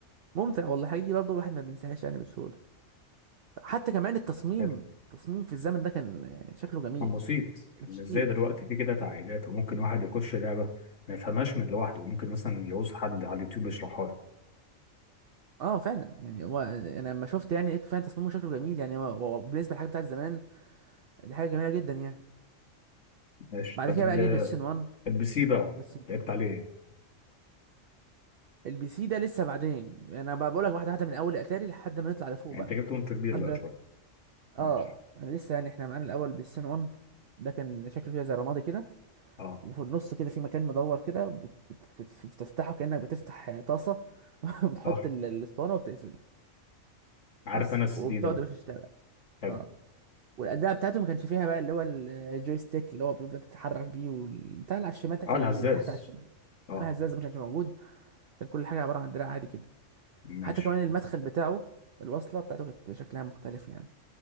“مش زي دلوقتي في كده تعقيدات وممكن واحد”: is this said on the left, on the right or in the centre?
Left